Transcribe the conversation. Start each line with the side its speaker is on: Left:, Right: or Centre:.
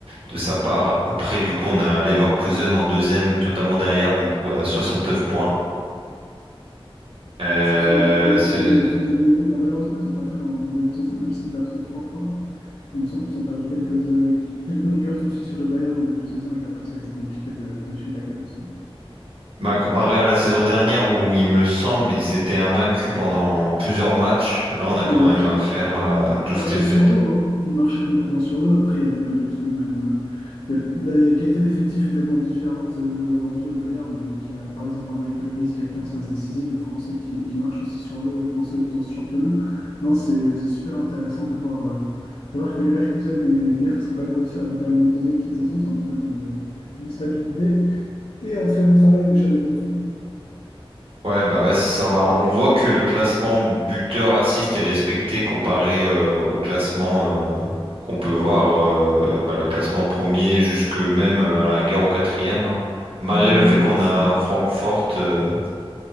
Right: de sa part. Après du coup on a Leverkusen en deuxième, totalement derrière du coup à 69 points. Euh,
Left: Ils se sont totalement
Right: c'est
Left: fait, fait dominer. Bah, malheureusement, ils n'ont pas fait un bon début de saison, même s'ils perdent que trois fois. Il me semble qu'ils ont perdu quelques, euh, quelques longueurs tout de suite sur le Bayern en début de saison et qu'après, ça a été compliqué de, de suivre la cadence.
Right: bah, comparé à la saison dernière où il me semble ils étaient invaincus pendant plusieurs matchs, là on a
Left: Oui,
Right: quand
Left: il marchait,
Right: même affaire à
Left: il,
Right: 12
Left: il marchait
Right: défaites.
Left: sur l'eau, hein. Il marchait complètement sur l'eau. Après, il n'y avait pas du tout le même. euh, il y a- la, la qualité d'effectif est tellement différente euh, aujourd'hui au Bayern, euh, qui a par exemple un Michael Olise qui a 15 passes décisives, le français qui, qui marche aussi sur l'eau euh, dans ce, dans ce championnat. Non, c'est c'est super intéressant de voir, euh, de voir que les Leverkusen et Wirtz ont quand même réussi à reterminer deuxième cette saison. Ça montre quand même une, une stabilité et un très bon travail de Xabi Alonso.
Right: Ouais, bah ouais, c'est ça. Bah, on voit que le classement buteur assist est respecté comparé euh, au classement euh, qu'on peut voir, euh, bah, le classement premier jusque même euh, à la rigueur au quatrième. hein. Malgré
Left: C'est ça,
Right: le
Left: Wirtz.
Right: fait qu'on a Francfort euh,